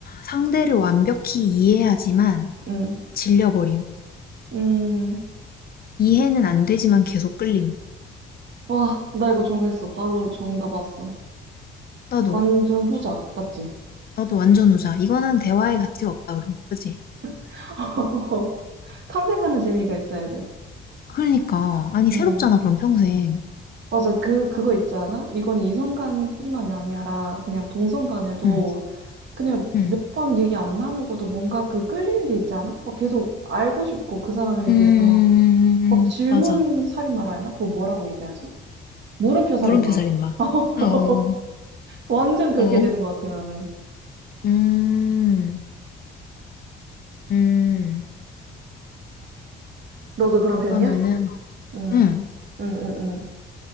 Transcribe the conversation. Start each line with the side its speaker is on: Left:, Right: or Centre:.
Left: 상대를 완벽히 이해하지만
Right: 음,
Left: 질려버림.
Right: 음.
Left: 이해는 안 되지만 계속 끌림.
Right: 와, 나 이거 정했어. 바로 정답 왔어.
Left: 나도,
Right: 완전 후자, 맞지?
Left: 나도 완전 후자. 이거는 대화의 가치가 없다, 그럼. 그치?
Right: <laughs> 탐색하는 재미가 있어야 돼.
Left: 그러니까. 아니,
Right: 응.
Left: 새롭잖아, 그럼 평생.
Right: 맞아, 그, 그거 있잖아? 이건 이성간뿐만이 아니라 그냥 동성간에도
Left: 응,
Right: 그냥
Left: 응.
Right: 몇 번 얘기 안 나누고도 뭔가 그 끌리는 게 있잖아? 막 계속 알고 싶고 그 사람에
Left: 음,
Right: 대해서 막 질문
Left: 맞아.
Right: 살인마라 해나? 그거 뭐라고 얘기하지? 물음표 살인마.
Left: 물음표 살인마.
Right: <laughs>
Left: 어, 어.
Right: 완전 그렇게
Left: 어. 어.
Right: 되는 것 같아, 나는.
Left: 음, 음.
Right: 너도 그런 편이야?
Left: 그러면은,
Right: 응,
Left: 응,
Right: 응, 응, 응.